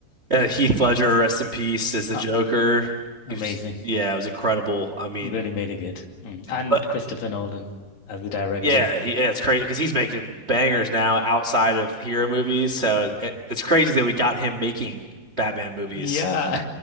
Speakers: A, on the right; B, on the left.
A: Uh, Heath Ledger, rest in peace, as the
B: Um,
A: Joker. He
B: amazing.
A: was, yeah, it was incredible. I mean,
B: Really made it good. Mm. And
A: but
B: Christopher Nolan as the director.
A: yeah, he, yeah, it's crazy because he's making bangers now outside of hero movies. So
B: Y-
A: it, it's crazy that we got him making Batman movies.
B: Yeah.